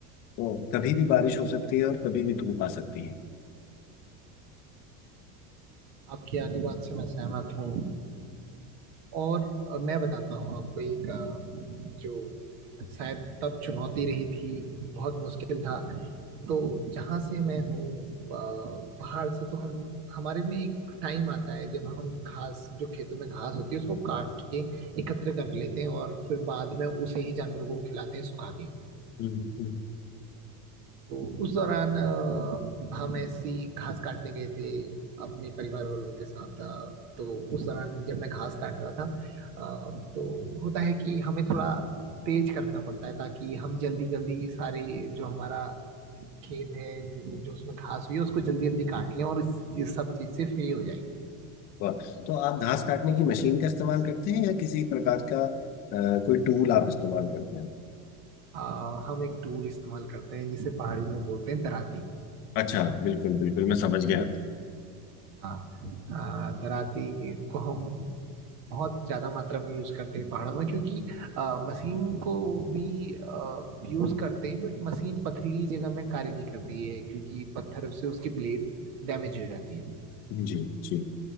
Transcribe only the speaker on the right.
आपकी आली बात से मैं सहमत हूँ और अ, मैं बताता हूँ आपको एक अ, जो शायद तब चुनौती रही थी बहुत मुश्किल था तो जहाँ से मैं हूँ अ, पहाड़ से तो हम हमारे में एक टाइम आता है जब हम घास जो खेतों में घास होती है उसको काट के एकत्र कर लेते हैं और फिर बाद में उसे ही जानवरों को खिलाते हैं सुखा के
तो उस दौरान अ, हम ऐसी घास काटने गए थे अपने परिवार वालों के साथ अ, तो उस दौरान जब मैं घास काट रहा था अ, तो होता है कि हमें थोड़ा तेज करना पड़ता है ताकि हम जल्दी जल्दी सारे जो हमारा खेत है जो, जो उसमें घास हुई है उसको जल्दी जल्दी काट लें और इस ये सब चीज से फ्री हो जाए
आ, हम एक टूल इस्तेमाल करते हैं जिसे पहाड़ी में बोलते हैं दराती
हाँ आ, दराती को हम बहुत ज्यादा मात्रा में यूज करते हैं पहाड़ों में क्योंकि आ, मशीन को भी यूज करते हैं बट मशीन पथरीली जगह में कार्य नहीं करती है क्योंकि पत्थर से उसकी ब्लेड डैमेज हो जाती है